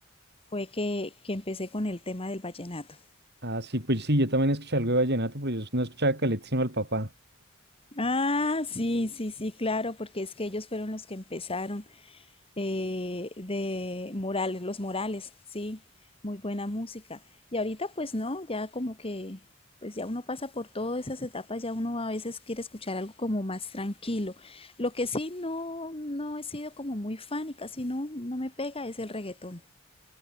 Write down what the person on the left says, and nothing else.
fue que, que empecé con el tema del vallenato.
Ah, sí, sí, sí, claro, porque es que ellos fueron los que empezaron eh, de Morales, los Morales, sí, muy buena música. Y ahorita pues no, ya como que, pues ya uno pasa por todas esas etapas, ya uno a veces quiere escuchar algo como más tranquilo. Lo que sí no, no he sido como muy fan y casi no, no me pega es el reggaetón.